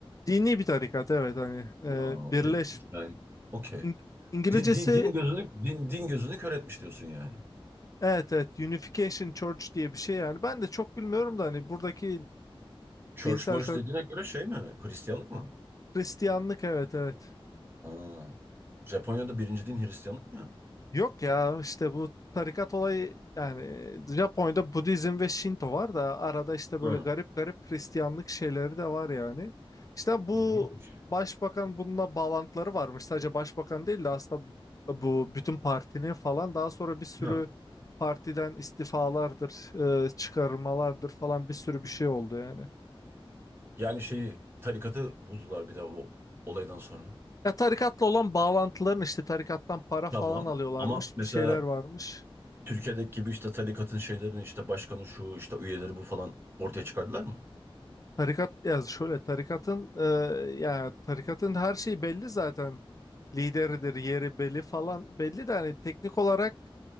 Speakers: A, on the left; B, on the right.
A: dini bir tarikat evet hani e,
B: Aa, okey.
A: birleş
B: Yani okey.
A: İng- İngilizcesi
B: Din, din, din gözünü din, din gözünü kör etmiş diyorsun yani.
A: evet evet Unification Church diye bir şey yani. Ben de çok bilmiyorum da hani buradaki
B: Church
A: dinsel
B: Merch
A: tar-
B: dediğine göre şey mi? Hristiyanlık mı?
A: Hristiyanlık evet evet.
B: Aa. Japonya'da birinci din Hristiyanlık mı ya?
A: Yok ya işte bu tarikat olayı yani Japonya'da Budizm ve Şinto var da arada işte böyle
B: Hı.
A: garip garip Hristiyanlık şeyleri de var yani. İşte bu
B: İlginçmiş.
A: başbakan bununla bağlantıları varmış. Sadece başbakan değil de aslında bu bütün partinin falan daha sonra bir sürü
B: Hı.
A: partiden istifalardır, e, çıkarmalardır falan bir sürü bir şey oldu yani.
B: Yani şeyi tarikatı buldular bir de o olaydan sonra.
A: Ya tarikatla olan bağlantıların işte tarikattan para falan
B: Tamam.
A: alıyorlarmış,
B: Ama mesela
A: bir şeyler varmış.
B: Türkiye'deki gibi işte tarikatın şeylerini işte başkanı şu işte üyeleri bu falan ortaya çıkardılar mı?
A: Tarikat ya şöyle tarikatın e, ya tarikatın her şeyi belli zaten. Lideridir, yeri belli falan belli de hani teknik olarak